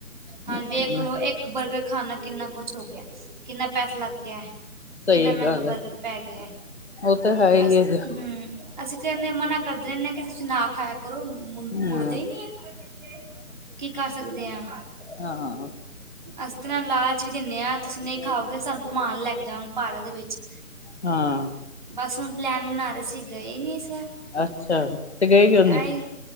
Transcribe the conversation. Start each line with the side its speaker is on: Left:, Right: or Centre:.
Right: ਹਾਂਜੀ
Left: ਆ।
Right: ਦੇਖ ਲੋ ਇੱਕ ਬਰਗਰ ਖਾਣ ਨਾਲ ਕਿੰਨਾ ਕੁਛ ਹੋ ਗਯਾ। ਕਿੰਨਾ ਪੈਸਾ ਲੱਗ ਗਯਾ
Left: ਸਹੀ
Right: ਏਨਾ ਮੈਂਗਾ
Left: ਗੱਲ
Right: ਬਰਗਰ
Left: ਐ।
Right: ਪੈ ਗਯਾ।
Left: ਉਹ ਤਾਂ ਹੈ ਹੀ
Right: ਅਸ
Left: ਹੈਗਾ
Right: ਹੂੰ ਅਸੀਂ ਕੈਣੇ ਆ ਮਨਾ ਕਰਦੇ ਰੈਣੇ ਆ ਕਿ ਤੁਸੀਂ ਨਾ ਖਾਯਾ ਕ ਕਰੋ ਮੁ
Left: ਹੂੰ
Right: ਮੁੜਦੇ ਈ ਨੀ ਐ ਕੀ ਕਰ ਸਕਦੇ ਆ
Left: ਹਾਂ-ਹਾਂ-ਹਾਂ।
Right: ਅਸਤਰਾਂ ਲਾਜ ਵੀ ਦਿੰਨੇ ਆ ਤੁਸੀਂ ਨਹੀਂ ਖਾਓਗੇ ਸਾਨੂੰ ਕੁਮਾਨ ਲੈਕੇ ਜਾਓ ਪਾੜਾ ਦੇ ਵਿੱਚ
Left: ਹਾਂ।
Right: ਬਸ ਹੁਣ ਪਲੈਨ ਬਣਾ ਰੇ ਸੀ ਗਏ ਨੀ ਇਸ ਵਾਰ
Left: ਅੱਛਾ ਤੇ ਗਏ ਕਿਓ ਨੀ?
Right: ਆਏ